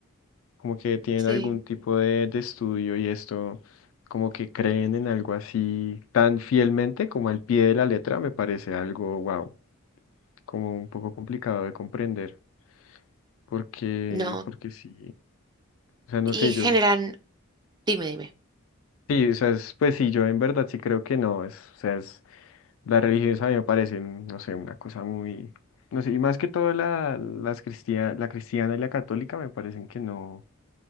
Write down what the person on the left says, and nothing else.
como que tienen
algún tipo de, de estudio y esto, como que creen en algo así tan fielmente como al pie de la letra, me parece algo, wow, como un poco complicado de comprender, porque,
porque sí, o sea, no
sé, yo,
sí, o sea, es- pues sí, yo en verdad sí creo que no, es, o sea, es, la religión a mí me parece, no sé, una cosa muy, no sé, y más que todo la, las cristia- la cristiana y la católica me parecen que no.